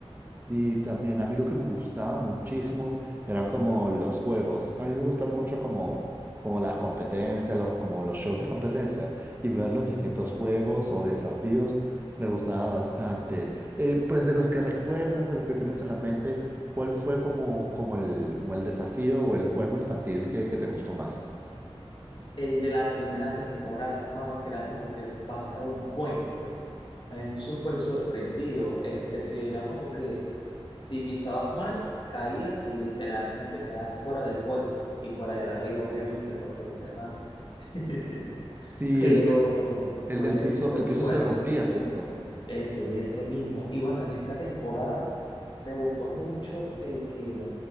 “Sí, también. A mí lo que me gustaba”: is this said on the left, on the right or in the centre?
Right